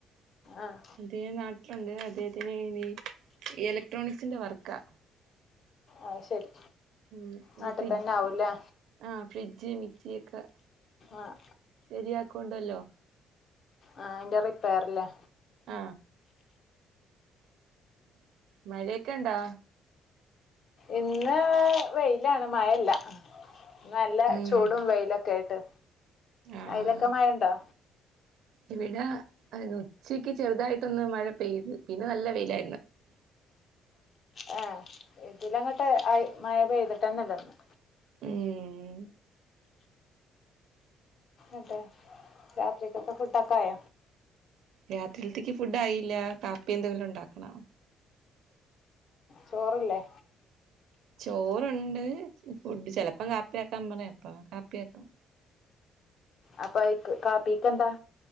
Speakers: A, on the left (about 40°); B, on the right (about 70°).
A: ആഹ്
B: ഇന്തിയെ നാട്ടിലുണ്ട് അദ്ദേഹത്തിന് ഇനി ഇലക്ട്രോണിക്സിന്റെ വർക്കാ
A: ആ ശരി
B: ഉം
A: നാട്ടിൽ
B: ഈ ഫ്രിഡ്ജ്
A: തന്നെ ആവൂല്ലേ
B: ആഹ് ഫ്രിഡ്ജ് മിക് സിയൊക്കെ
A: ആഹ്
B: ശരിയാക്കോണ്ടല്ലോ
A: ആ ആന്റെറിപ്പേർല്ലാ
B: ആ മഴയൊക്കെ ഇണ്ടാ
A: ഇന്ന് വെയിലാണ് മഴയില്ല നല്ല
B: ഉം
A: ചൂടും വെയിലൊക്കെ ആയിട്ട്
B: ആഹ്
A: അയിലൊക്കെ മഴ ഉണ്ടോ
B: ഇവിടെ ഉച്ചക്ക് ചെറുതായിട്ടൊന്ന് മഴ പെയ്ത് പിന്നെ നല്ല വെയിലായിരുന്നു
A: ഏ ഇതിലങ്ങട്ട് മഴ പെയ്തിട്ടന്നെ ഇല്ലാരുന്നു
B: ഉം
A: അതെ രാത്രിക്കത്തെ ഫുഡ്‌ തക്കായ
B: രാത്രിയിലിത്തേക്ക് ഫുഡ് ആയി ഇല്ല കാപ്പി എന്തെങ്കിലും ഉണ്ടാക്കണം
A: ചോറല്ലേ
B: ചോറുണ്ട് ഫുഡ് ചെലപ്പോം കാപ്പിയാക്കാൻ പറയും അപ്പോ കാപ്പിയാക്കും
A: അപ്പൊ കാപ്പീക്ക് എന്താ